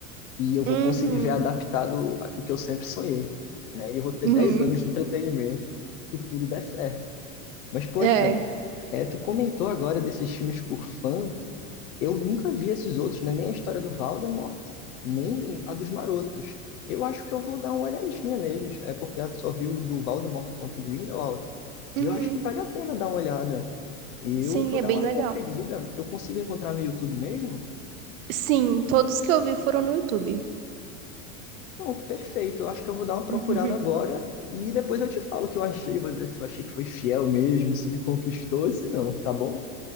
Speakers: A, on the left; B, on the right.
A: e eu vou
B: Uhum.
A: conseguir ver adaptado o que eu sempre sonhei, né? E eu vou ter
B: Uhum.
A: 10 anos de entretenimento se tudo der certo. Mas, poxa,
B: É.
A: é, tu comentou agora desses filmes por fã. Eu nunca vi esses outros, né? Nem a história do Voldemort, nem a dos Marotos. Eu acho que eu vou dar uma olhadinha neles, é porque eu só vi o do Voldemort contra o Grindelwald.
B: Uhum.
A: E eu acho que vale a pena dar uma olhada. Eu
B: Sim,
A: vou
B: é
A: dar
B: bem
A: uma
B: legal.
A: conferida. Eu consigo encontrar no YouTube mesmo?
B: Sim, todos que eu vi foram no YouTube.
A: Pronto, perfeito. Eu acho que eu vou dar uma procurada
B: <laughs>
A: agora e depois eu te falo o que eu achei. Vou dizer se eu achei que foi fiel mesmo, se me conquistou, se não, tá bom?